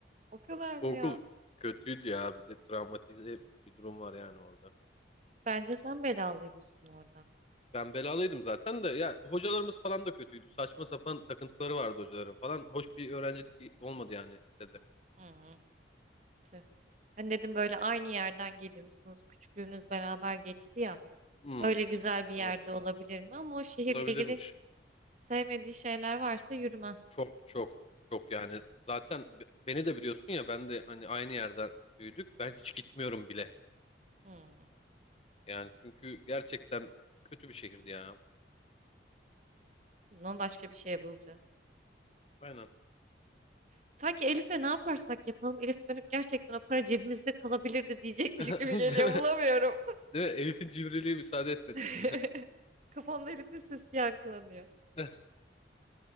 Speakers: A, on the right; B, on the left.
A: O kadar mı
B: Bu okul
A: ya?
B: kötüydü ya. Bize travmatize bir durum var yani orada.
A: Bence sen belalıymışsın orada.
B: Ben belalıydım zaten de ya hocalarımız falan da kötüydü. Saçma sapan takıntıları vardı hocaların falan. Hoş bir öğrencilik olmadı yani lisede.
A: Hı, tüh. Hani dedim böyle aynı yerden geliyorsunuz. Küçüklüğünüz beraber geçti ya.
B: Hmm,
A: Öyle güzel bir yerde
B: evet.
A: olabilir mi? Ama o şehirle
B: Olabilirmiş.
A: ilgili sevmediği şeyler varsa yürümez.
B: Çok çok çok yani. Zaten be- beni de biliyorsun ya ben de hani aynı yerde büyüdük. Ben hiç gitmiyorum bile.
A: Hı.
B: Yani çünkü gerçekten kötü bir şehirdi ya.
A: O zaman başka bir şey bulacağız.
B: Aynen.
A: Sanki Elif'e ne yaparsak yapalım Elif dönüp gerçekten o para cebimizde kalabilirdi diyecekmiş
B: <laughs>
A: gibi
B: Değil
A: geliyor. Bulamıyorum.
B: mi? Değil mi? Elif'in civriliği müsaade etmedi
A: <laughs>
B: bize.
A: Kafamda Elif'in sesi yankılanıyor.
B: <laughs>